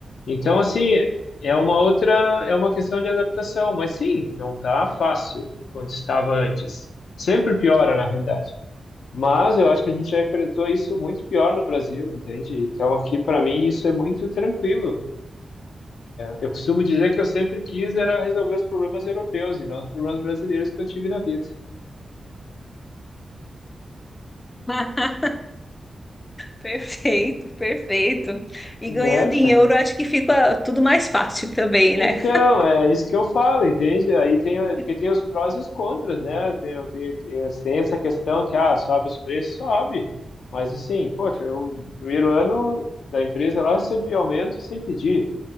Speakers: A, on the left; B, on the left.
A: Então assim, é uma outra, é uma questão de adaptação, mas sim, não tá fácil quanto estava antes. Sempre piora, na realidade. Mas eu acho que a gente já enfrentou isso muito pior no Brasil, entende? Então aqui para mim isso é muito tranquilo. Eu costumo dizer que eu sempre quis era resolver os problemas europeus e não os problemas brasileiros que eu tive na vida,
B: <laughs> Perfeito, perfeito. E
A: né?
B: ganhando em euro, acho que fica tudo mais fácil também,
A: Então,
B: né?
A: é isso que eu falo, entende? Aí tem, porque
B: <laughs>
A: tem os prós e os contras, né? Tem, tem, tem, tem essa questão que, ah, sobe os preços, sobe. Mas assim, poxa, eu, no primeiro ano da empresa lá eu recebi aumento sem pedir.